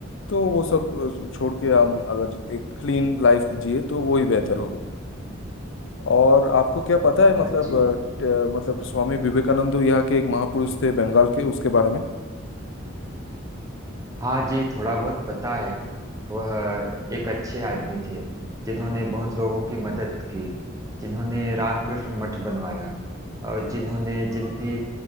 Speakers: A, on the left; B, on the right.
A: तो वो सब अ, छोड़ के हम अगर एक क्लीन लाइफ जिए तो वो ही बेहतर होगा और आपको क्या पता है
B: हाँ
A: मतलब
B: जी
A: अ, ट- मतलब स्वामी विवेकानंद यहाँ के एक महापुरुष थे बंगाल के उसके बारे में
B: हाँ जी थोड़ा बहुत पता है वह एक अच्छे आदमी थे जिन्होंने बहुत लोगों की मदद की जिन्होंने रामकृष्ण मठ बनवाया और जिन्होंने जिनकी